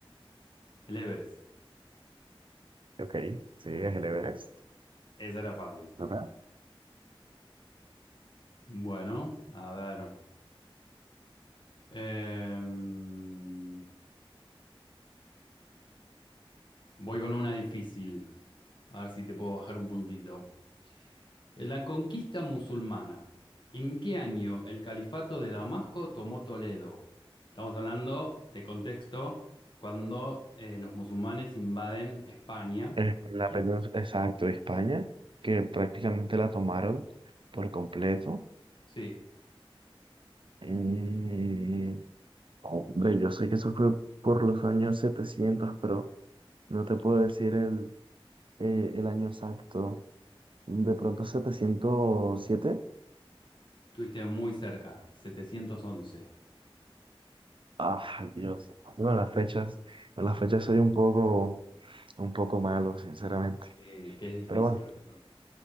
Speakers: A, on the left (about 55°); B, on the right (about 60°).
A: El Everest.
B: Ok, sí, es el Everest.
A: Esa era fácil.
B: Ok.
A: Bueno, a ver. em, voy con una difícil. A ver si te puedo bajar un puntito. La conquista musulmana. ¿En qué año el califato de Damasco tomó Toledo? Estamos hablando de contexto cuando eh, los musulmanes invaden España,
B: Eh, la
A: ¿no?
B: península, exacto, España, que prácticamente la tomaron por completo.
A: Sí,
B: Mm, hombre, yo sé que eso fue por los años 700, pero no te puedo decir el, eh, el año exacto. De pronto setecientos siete
A: estuviste muy cerca, 711,
B: Ay, Dios. Bueno, las fechas, en las fechas soy un poco, un poco malo, sinceramente.
A: eh, que es difícil
B: Pero bueno,
A: recordar.